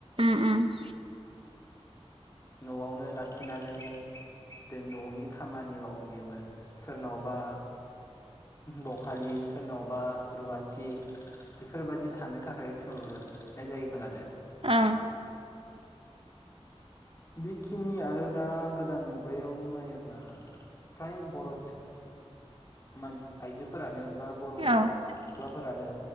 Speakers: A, on the right; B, on the left.
A: उम।
B: न'आवनो लाखिनानै दो न'नि खामानि मावहोयोमोन। सोरनावबा बखालि सोरनावबा रुवाथि बेफोरबायदि थानो थाखाय थुनहरनाय जायोमोन आरो।
A: ओं।
B: बेखिनि आरो दा गोदान मुगायाव नायोब्ला फ्राय बर' सि मानसि आइजोफोरानो बा बर'
A: ओं
B: सिख्लाफोरानो